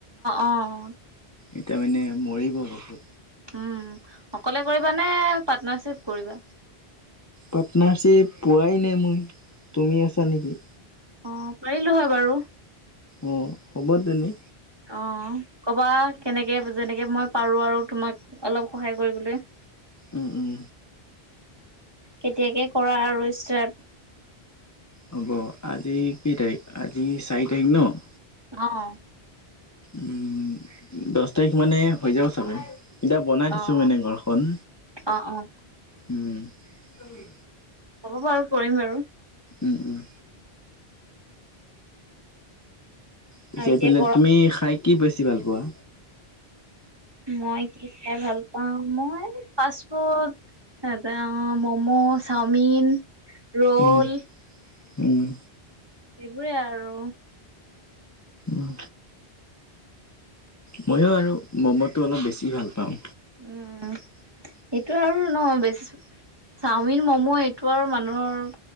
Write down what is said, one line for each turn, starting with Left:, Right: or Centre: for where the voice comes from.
Right: অ'
Left: এতিয়া মানে মৰিব হৈছে
Right: উম, অকলে কৰিবা নে পাৰ্টনাৰশ্বিপ কৰিবা?
Left: পাৰ্টনাৰশ্বিপ পোৱাই নাই মই তুমি আছা নেকি?
Right: অহ, পাৰিলো হয় বাৰু।
Left: উম, হ'ব তেনে
Right: অ', ক'বা কেনেকে যেনেকে মই পাৰো আৰু তোমাক অলপ সহায় কৰিবলৈ
Left: উম- উম
Right: কেতিয়াকে কৰা আৰু ষ্টাৰ্ট?
Left: হ'ব আজি কেই তাৰিখ, আজি চাৰি তাৰিখ ন'?
Right: অ',
Left: উম, দছ তাৰিখ মানে হৈ যাব চাগে। এতিয়া বনাই
Right: অ'
Left: থৈছো মানে ঘৰখন
Right: অ' অ'
Left: উম।
Right: হ'ব বাৰু কৰিম বাৰু।
Left: উম- উম
Right: আৰু
Left: পিছে, সেইফেলে
Right: এতিয়া গৰম
Left: তুমি খাই কি বেছি ভাল পোৱা?
Right: মই কি খাই ভাল পাওঁ, মই ফাষ্ট ফুড <unintelligible> মম, চাওমিন, ৰোল
Left: উম, উম
Right: সেইবোৰে আৰু
Left: অহ ময়ো আৰু ম'মটো অলপ বেছি ভাল পাওঁ।
Right: উম, সেইটো আৰু ন'বেছ চাওমিন, মম এইটো আৰু মানুহৰ